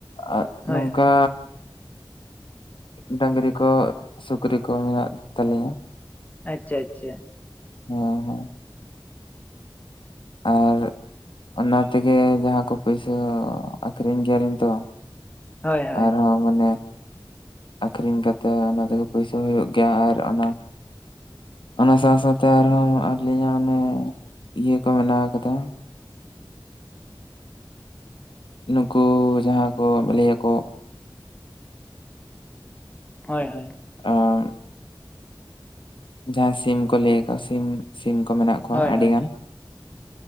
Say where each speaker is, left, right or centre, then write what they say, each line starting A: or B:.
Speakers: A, on the left (about 70°); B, on the left (about 20°).
A: ᱟᱨ ᱱᱚᱝᱠᱟᱼᱼ
B: ᱦᱳᱭ ᱦᱳᱭ
A: ᱰᱟᱝᱨᱤ ᱠᱚ ᱥᱩᱠᱨᱤ ᱠᱚ ᱢᱮᱱᱟᱜ ᱠᱚᱛᱟᱞᱮᱭᱟ᱾
B: ᱟᱪᱪᱷᱟ ᱟᱪᱪᱷᱟ᱾
A: ᱦᱮᱸ ᱦᱮᱸ᱾ ᱟᱨ ᱚᱱᱟ ᱛᱮᱜᱮ ᱡᱟᱦᱟᱸ ᱠᱚ ᱯᱩᱭᱥᱟᱹ ᱟᱹᱠᱷᱨᱤᱧ ᱜᱮᱭᱟᱞᱤᱧ ᱛᱚᱼᱼ
B: ᱦᱳᱭ ᱦᱳᱭ
A: ᱟᱨᱦᱚᱼᱼ ᱢᱟᱱᱮ ᱟᱠᱷᱨᱤᱧ ᱠᱟᱛᱮ ᱚᱱᱟ ᱛᱮᱜᱮ ᱯᱚᱭᱥᱟᱹ ᱦᱩᱭᱩᱜ ᱜᱮᱭᱟ ᱟᱨ ᱚᱱᱟᱼᱼ ᱚᱱᱟ ᱥᱟᱶ ᱥᱟᱶᱛᱮ ᱟᱨᱦᱚᱸ ᱟᱹᱞᱤᱧᱟᱜ ᱚᱱᱮ ᱤᱭᱟᱹ ᱠᱚ ᱢᱮᱱᱟᱜ ᱟᱠᱟᱫᱟᱼᱼ ᱱᱩᱠᱩ ᱡᱟᱦᱟᱸ ᱠᱚ ᱞᱟᱹᱭ ᱟᱠᱚᱼᱼ
B: ᱦᱳᱭ ᱦᱳᱭ᱾
A: ᱟᱼᱼ ᱡᱟᱦᱟᱸ ᱥᱤᱢ ᱠᱚ ᱞᱟᱹᱭ ᱠᱟᱜ ᱥᱤᱢ ᱥᱤᱢ ᱠᱚ ᱢᱮᱱᱟᱜ ᱠᱚᱣᱟ
B: ᱦᱳᱭ
A: ᱟᱹᱰᱤᱜᱟᱱ
B: ᱦᱳᱭ